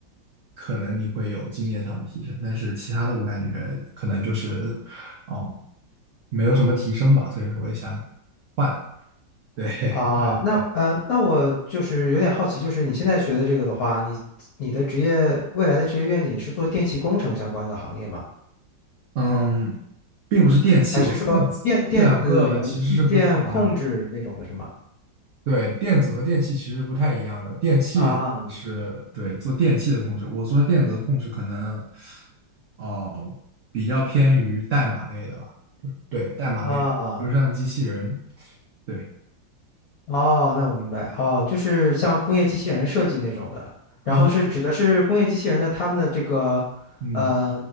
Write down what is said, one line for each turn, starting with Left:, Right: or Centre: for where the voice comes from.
Right: 可能你会有经验上的提升，但是其他的我感觉可能就是，哦，没有什么提升吧，所以说我也想换，对，<laughs>
Left: 啊，那呃，
Right: 这样，
Left: 那我就是有点好奇，就是你现在学的这个的话，你你的职业未来的职业愿景是做电气工程相关的行业吗？
Right: 嗯，并不是电器，
Left: 还是说电电子元器件控制那种的是吗？
Right: 我是电子，这两个其实是不太一样的。对，电子和电器其实不太一样的，电器是对做电器的控制，
Left: 啊
Right: 我做电子的控制可能哦、比较偏于代码类的了，对，代码类，
Left: 啊
Right: 比如像机器人，对，
Left: 哦，那我明白哦，就是像工业机器人设计那种的，然后是指的是工业机器人的他们的这个，
Right: 嗯嗯，
Left: 呃，